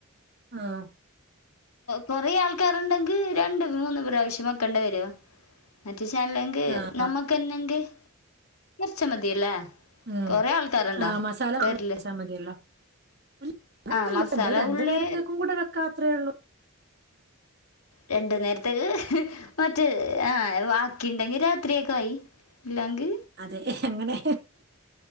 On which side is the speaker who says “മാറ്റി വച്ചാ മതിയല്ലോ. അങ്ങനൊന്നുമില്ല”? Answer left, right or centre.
Right